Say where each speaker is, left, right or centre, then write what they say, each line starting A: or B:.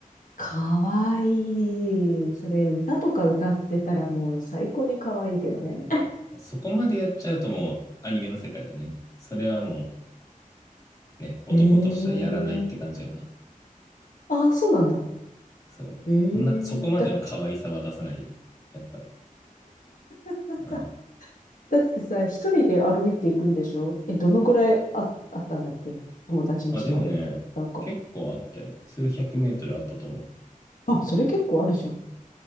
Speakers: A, on the left (about 65°); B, on the left (about 25°).
A: かわいい。それ、歌とか歌ってたらもう最高にかわいいけどね。
B: いやそこまでやっちゃうともうアニメの世界だね。それはもうね、男としてはやらないって感じよな。
A: ええああ、そうなんだ。
B: そう。
A: え
B: そんな、そこまでの可愛さは出さないよね。
A: えだ、
B: やっぱり。
A: <laughs>
B: うん。
A: だってさ、一人で歩いていくんでしょえ、どのぐらいあ、あったんだっけ友達ん家まで。
B: あ、でもね、
A: なんか、
B: 結構あったよ。数百メートルあったと思う。
A: あ、それ結構あるじゃん。